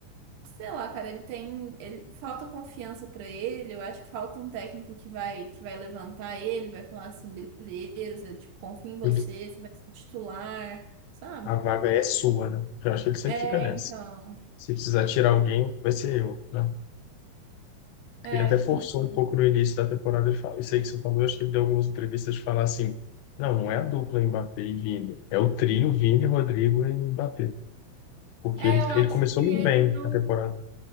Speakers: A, on the right; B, on the left.
A: Sei lá, cara, ele tem, ele falta confiança pra ele, eu acho que falta um técnico que vai que vai levantar ele, vai falar assim, beleza, tipo, confio em você,
B: Ele-
A: você vai ser titular, sabe?
B: a vaga é sua, né? Eu acho que ele sempre
A: É,
B: fica nessa.
A: então.
B: Se precisar tirar alguém, vai ser eu, né?
A: É,
B: Ele até forçou
A: então.
B: um pouco no início da temporada. Ele fala, isso aí que você falou, eu acho que ele deu algumas entrevistas de falar assim, não, não é a dupla Mbappé e Vini. É o trio Vini, Rodrigo e Mbappé. Porque
A: É,
B: ele,
A: eu acho
B: ele começou
A: que
B: muito
A: ele
B: bem
A: não,
B: a temporada.